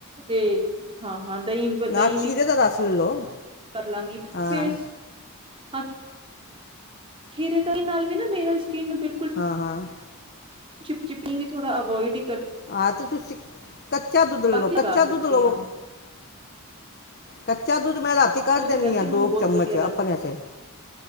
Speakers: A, on the right (about 25°); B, on the left (about 45°).
A: ਤੇ ਹਾਂ ਹਾਂ ਦਹੀਂ
B: ਨਾ
A: ਦਹੀਂ
B: ਖੀਰੇ
A: ਵੀ
B: ਦਾ ਰਸ ਲੈ ਲਓ
A: ਕਰਲਾਂਗੀ ਫੇਸ
B: ਹਾਂ
A: ਹਾਂ, ਖੀਰੇ ਦਹੀ ਨਾਲ ਵੀ ਨਾ ਮੇਰਾ ਸਕਿਨ ਬਿਲਕੁਲ
B: ਹਾਂ ਹਾਂ
A: ਚਿਪਚਿਪੀ ਵੀ ਥੋੜਾ ਅਵੋਇਡ
B: ਆ ਤੇ ਤੁਸੀਂ ਕੱਚਾ ਦੁੱਧ ਲਓ
A: ਬਾਕੀ ਲਗਾ
B: ਕੱਚਾ
A: ਸਕਦੀ
B: ਦੁੱਧ ਲਓ
A: ਆ
B: ਕੱਚਾ ਦੁੱਧ ਮੈਂ ਰਾਤੀ ਕੱਢ
A: ਉਹ ਤੇ
B: ਦਿੰਦੀ
A: ਵੈਸੇ
B: ਆ
A: ਮੈਨੂੰ
B: ਦੋ
A: ਬਹੁਤ
B: ਕੁ ਚਮਚ
A: ਵਧੀਆ ਲੱਗ
B: ਆਪਣੇ ਵਾਸਤੇ